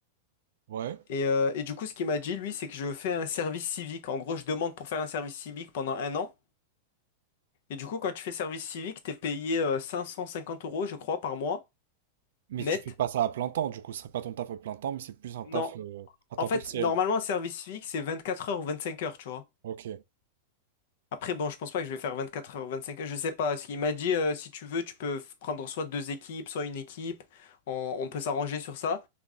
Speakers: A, on the right (about 75°); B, on the left (about 65°).
A: Ouais.
B: Et, euh, et du coup, ce qu'il m'a dit, lui, c'est que je fais un service civique. En gros, je demande pour faire un service civique pendant un an. Et du coup, quand tu fais service civique, t'es payé euh, 550 euros, je crois, par mois,
A: Mais
B: net.
A: tu fais pas ça à plein temps. Du coup, ce serait pas ton taf à plein temps, mais c'est plus un
B: Non.
A: taf euh, à temps
B: En fait,
A: partiel.
B: normalement, un service civique, c'est 24 heures ou 25 heures, tu vois.
A: Ok.
B: Après, bon, je pense pas que je vais faire 24 heures, 25 heures, je sais pas. Il m'a dit, euh, si tu veux, tu peux f- prendre soit deux équipes, soit une équipe. On, on peut s'arranger sur ça.